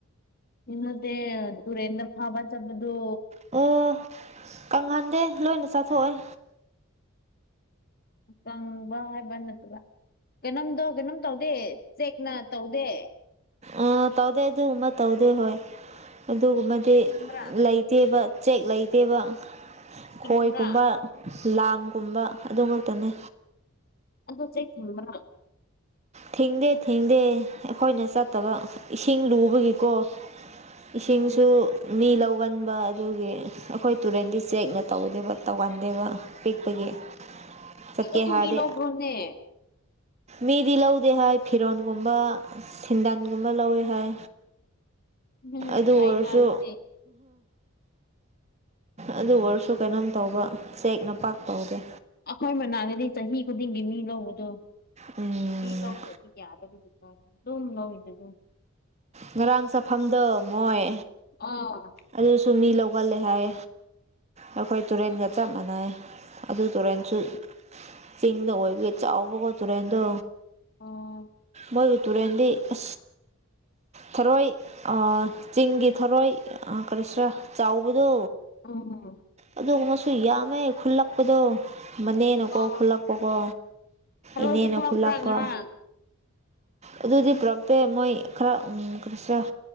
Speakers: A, on the left; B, on the right.
A: ꯍ ꯃꯗꯦ ꯇꯗꯨꯔꯦꯟꯟ꯭ꯔ ꯐꯥꯕ ꯆꯕꯗꯨ
B: ꯑꯣ ꯀꯪꯍꯟꯗꯦ ꯂꯣꯏꯅ ꯆꯥꯊꯣꯛꯑꯣꯏ
A: ꯄꯪꯕ ꯍꯥꯏꯦꯕꯅ ꯇꯒ ꯀꯩꯅꯣꯝꯗꯣ ꯀꯩꯅꯣꯝ ꯇꯧꯗꯦ ꯆꯦꯛꯅ ꯇꯧꯗꯦ
B: ꯑ ꯇꯧꯗꯦ ꯑꯗꯨꯒꯨꯝꯕ ꯇꯧꯗꯦ ꯍꯣꯏ ꯑꯗꯨꯒꯨꯝꯕꯗꯤ
A: ꯊꯤꯡꯕ꯭ꯔꯥ
B: ꯂꯩꯇꯦꯕ ꯆꯦꯛ ꯂꯩꯇꯦꯕ
A: ꯊꯤꯡꯕ꯭ꯔꯥ
B: ꯈꯣꯏꯒꯨꯝꯕ ꯂꯥꯡꯒꯨꯝꯕ ꯑꯗꯨꯃꯛꯇꯅꯤ
A: ꯑꯗꯣ ꯆꯦꯛꯕ꯭ꯔ
B: ꯊꯦꯡꯗꯦ ꯊꯦꯡꯗꯦ ꯑꯩꯈꯣꯏꯅ ꯆꯠꯇꯕ ꯏꯁꯤꯡ ꯂꯨꯕꯒꯤꯀꯣ ꯏꯁꯤꯡꯁꯨ
A: ꯎꯝ
B: ꯃꯤ ꯂꯧ ꯇꯧꯒꯟꯕ ꯑꯗꯨꯒꯤ ꯑꯩꯈꯣꯏ ꯇꯨꯔꯦꯟꯗꯤ ꯆꯦꯛꯅ ꯇꯧꯗꯦꯕ ꯇꯧꯒꯟꯗꯦꯕ ꯄꯤꯛꯄꯒꯤ ꯆꯠꯀꯦ
A: ꯄꯤꯛꯑꯁꯨ
B: ꯍꯥꯔꯦ
A: ꯃꯤ ꯂꯧꯕ꯭ꯔꯣꯅꯦ
B: ꯃꯤꯗꯤ ꯂꯧꯗꯦ ꯍꯥꯏ ꯐꯤꯔꯣꯟꯒꯨꯝꯕ ꯁꯟꯗꯟꯒꯨꯝꯕ ꯂꯧꯋꯦ ꯍꯥꯏ
A: ꯎꯝ
B: ꯑꯗꯨ
A: ꯐꯩꯅ
B: ꯑꯣꯏꯔꯁꯨ
A: ꯑꯗꯨꯗꯤ
B: ꯑꯗꯨ ꯑꯣꯏꯔꯁꯨ ꯀꯩꯅꯣꯝ ꯇꯧꯕ ꯆꯦꯛ ꯅꯄꯥꯛꯥꯛ ꯇꯧꯒꯦ
A: ꯑꯩꯈꯣꯏ ꯃꯅꯥꯗꯗꯤ ꯆꯍꯤ ꯈꯨꯗꯤꯡꯒꯤ ꯃꯤ ꯂꯧꯕꯗꯣ
B: ꯎꯝ
A: ꯄꯤ ꯂꯗ ꯊꯤ ꯀꯗ ꯂ ꯅꯗ
B: ꯉꯔꯥꯡ ꯆꯐꯝꯐꯝꯗ ꯃꯣꯏ
A: ꯑꯥ
B: ꯑꯗꯨꯁꯨ ꯃꯤ ꯂꯧꯒꯜꯂꯦ ꯍꯥꯏ ꯑꯩꯈꯣꯏ ꯇꯨꯔꯦꯟꯒ ꯆꯞ ꯃꯥꯟꯅꯩ ꯑꯗꯨ ꯇꯨꯔꯦꯟꯁꯨ ꯆꯤꯡꯗ ꯑꯣꯏꯕꯒꯤ ꯆꯥꯎꯕꯒꯣ ꯇꯨꯔꯦꯟꯗꯣ
A: ꯑꯣ
B: ꯃꯗꯨ ꯇꯨꯔꯦꯟꯗꯤ ꯑ ꯊꯔꯣꯏ ꯆꯤꯡꯒꯤ ꯊꯔꯣꯏ ꯀꯔꯤꯁꯔꯥ ꯆꯥꯎꯕꯗꯣ
A: ꯎꯝ
B: ꯑꯗꯨꯒ ꯁꯨ ꯌꯥꯝꯃꯦ ꯈꯨꯜꯂꯛꯄꯗꯣ ꯃꯅꯦꯅꯀꯣ
A: ꯑꯣ
B: ꯈꯨꯜꯂꯛꯄꯀꯣ
A: ꯊꯔꯣꯏꯁꯨ
B: ꯏꯅꯦꯅ
A: ꯄꯨꯔꯛꯄ꯭ꯔꯥ
B: ꯈꯨꯜꯂꯛꯄ
A: ꯉꯔꯥꯡ
B: ꯑꯗꯨꯗꯤ ꯄ꯭ꯔꯛꯦ ꯃꯣꯏ ꯈꯔ ꯀꯁ